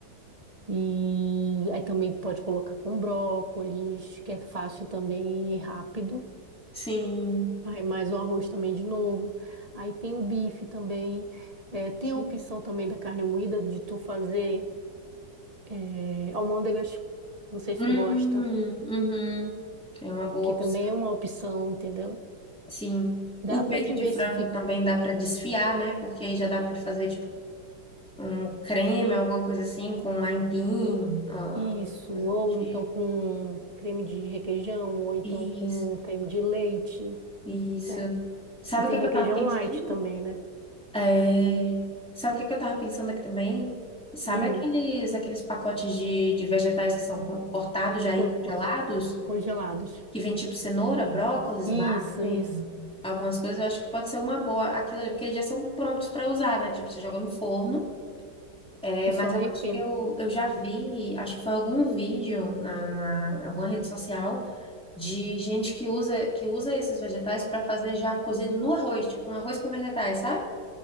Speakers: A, on the right (about 40°); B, in the centre.
A: E aí também pode colocar com brócolis, que é fácil também e rápido.
B: Sim.
A: Aí mais o arroz também de novo. Aí tem o bife também. É, tem
B: Sim.
A: a opção também da carne moída de tu fazer é, almôndegas. Não sei se
B: Hum,
A: tu gosta,
B: uhum. É uma boa
A: que
B: opção.
A: também é uma opção, entendeu?
B: Sim.
A: Dá
B: O
A: para
B: peito
A: diversificar
B: de frango também dá para desfiar, né? Porque aí já dá para fazer tipo um creme, alguma coisa assim, com aipim, ah,
A: isso,
B: coisa
A: ou
B: do tipo.
A: então com creme de requeijão, ou então
B: Isso,
A: com creme de leite,
B: isso.
A: né?
B: Sabe
A: Que tem
B: o que que
A: requeijão
B: eu tava pensando?
A: light também, né?
B: É, Sabe o que que eu tava pensando aqui também? Sabe
A: Hum.
B: aqueles, aqueles pacotes de, de vegetais que são co- cortados já e
A: co-
B: congelados?
A: co- congelados.
B: Que vem tipo cenoura, brócolis,
A: Isso,
B: vagem,
A: isso.
B: algumas coisas. Eu acho que pode ser uma boa aquilo ali, porque eles já são prontos para usar, né? Tipo, você joga no forno. É,
A: E
B: mas
A: só
B: eu
A: requenta.
B: acho que eu, eu já vi, acho que foi algum vídeo na, na alguma rede social de gente que usa que usa esses vegetais para fazer já cozido no arroz, tipo um arroz com vegetais, sabe?